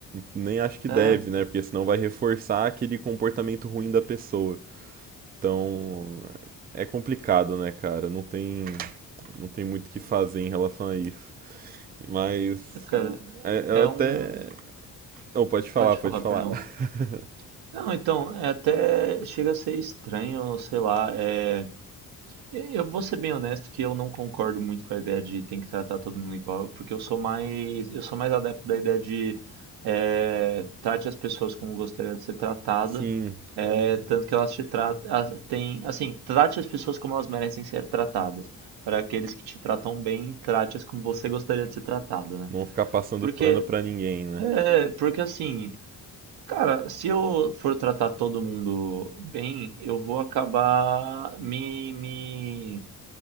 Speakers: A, on the right; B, on the right.
A: Nem acho que deve,
B: é,
A: né, porque senão vai reforçar aquele comportamento ruim da pessoa. Então, é complicado, né, cara, não tem, não tem muito o que fazer em relação a isso. Mas
B: é, cara,
A: é, Eu
B: é
A: até.
B: um.
A: Não, pode falar,
B: Pode
A: pode
B: falar,
A: falar.
B: perdão.
A: <laughs>
B: Não, então, é até chega a ser estranho, sei lá, é. E- Eu vou ser bem honesto que eu não concordo muito com a ideia de tem que tratar todo mundo igual, porque eu sou mais, eu sou mais adepto da ideia de eh, trate as pessoas como gostaria de ser tratada,
A: Sim,
B: eh, Entendi. tanto que elas te tratam, as- tem, assim, trate as pessoas como elas merecem ser tratadas. Para aqueles que te tratam bem, trate-as como você gostaria de ser tratado, né?
A: não ficar passando
B: Porque,
A: pano pra ninguém, né?
B: é, porque assim, cara, se eu for tratar todo mundo bem, eu vou acabar me, me